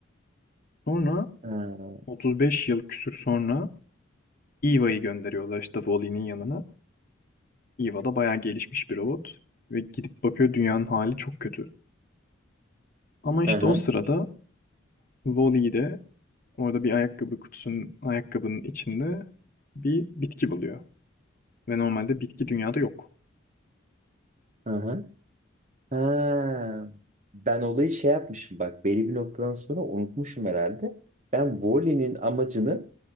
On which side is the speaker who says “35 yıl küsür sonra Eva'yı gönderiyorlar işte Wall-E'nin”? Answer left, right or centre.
Left